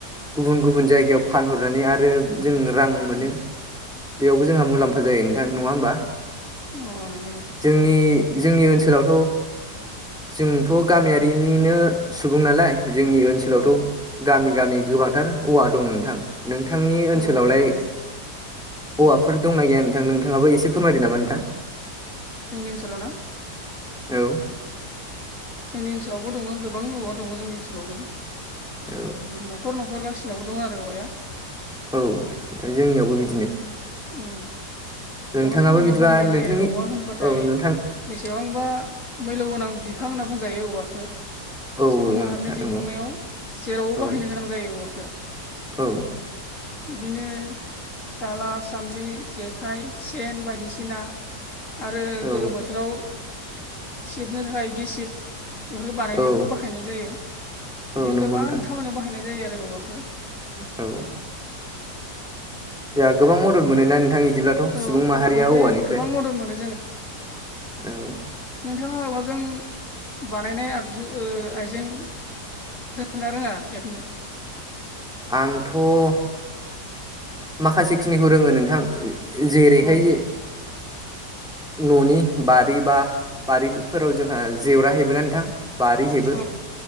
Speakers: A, in the centre; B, on the left.
A: गुबुन गुबुन जायगायाव फानहरनानै आरो जों रां मोनो।
B: उम
A: बेयावबो जोंहा मुलाम्फा जायो नोंथां नङा होमबा
B: अ नंगौ दे।
A: जोंनि जोंनि ओनसोलावथ' जोंथ' गामियारिनिनो सुबुं नालाय जोंनि ओनसोलावथ'
B: औ
A: गामि गामि गोबांथार औवा दं नोंथां नोंथांनि
B: औ
A: ओनसोलावलाय
B: दङ दं उम
A: औवाफोर दंना गैया नोंथां नोंथाङाबो एसे फोरमायदो नामा नोंथां
B: जोंनि ओनसोलाव ना
A: औ
B: जोंनि ओनसोलावबो दङ गोबां औवा दङ जोंनि ओनसोलावबो
A: औ
B: न'खर न'खर गासिबो जोंनावबो दं आरो औवाया
A: औ जोंनियावबो बिदिनो
B: ओम
A: <inaudible>
B: गोबां खामानियाव
A: बिदिबा
B: बाहायनाय
A: नोंथांनि
B: जायो औवा होनोब्लाथाय
A: औ नोंथां
B: बेसेबांबा मैल्य गोनां बिफां होनना बुंजायो औवखौव।
A: औ
B: सुबुं
A: औ नोंथां
B: माहारिनि जिउ
A: नंगौ
B: खुंनायाव जेरावबो
A: औ
B: बाहायनो गोनां जायो औवाजों।
A: औ
B: बिदिनो दाला सान्द्रि जेखाइ सेन बायदिसिना आरो
A: औ
B: गोलोम बोथोराव सिबनो थाखाय गिसिब बेफोरखौ बानायनायावबो
A: औ
B: बाहाय बाहायनाय जायो बिदिनो
A: औ नंगौ
B: गोबां
A: नोंथां
B: खामानियाव बाहायनाय जायो। आरो औवाखौ
A: औ जों गोबां मद मोनो ना नोंथां बिदिब्लाथ'
B: औ
A: सुबुं माहारिया औवानिफ्राय
B: गोबां मदद मोनो
A: औ
B: नोंथांङा आऔवाजों बानायनाय आगजु आइजें रों ना रोंङा हेबनो
A: आंथ'-' माखासेखिनिखौ रोंङो नोंथां जेरैहाय
B: औ
A: जे न'नि बारि बा बारि फोराव जोंहा जेवरा हेबो ना नोंथां बारि हेबो
B: गासिबो बे बेफोरखौ रोङो